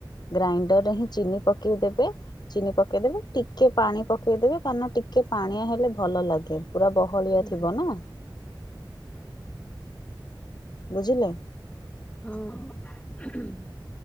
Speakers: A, on the left; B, on the left.
A: ଗ୍ରାଇଣ୍ଡରରେ ହିଁ ଚିନି ପକେଇଦବେ ଚିନି ପକେଇଦେବେ ଟିକେ ପାଣି ପକେଇଦେବେ କାରନ ଟିକେ ପାଣିଆ ହେଲେ ଭଲ ଲାଗେ। ପୁରା ବହ ଭଳିଆ
B: ହଁ
A: ଥିବ ନା। ବୁଝିଲେ?
B: ହଁ <unintelligible>